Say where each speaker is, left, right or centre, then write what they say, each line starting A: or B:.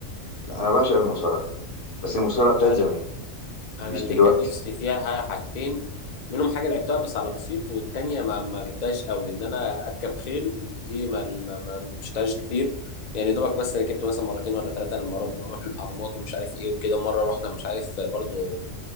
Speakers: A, on the left; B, on the left.
A: لا، انا بعشق المصارعه بس المصارعه بتاعت
B: يعني
A: زمان
B: انا
A: مش
B: اللي
A: دلوقتي
B: كان نفسي فيها حاجتين منهم حاجه لعبتها بس على بسيط والتانيه ما, ما لعبتهاش قوي ان انا اركب خيل دي ما ما ما مشتهاش كتير يعني دوبك بس ركبت مثلا مرتين ولا ثلاثه لما رب اروح الاهرامات ومش عارف ايه وكده مره رحنا مش عارف برضو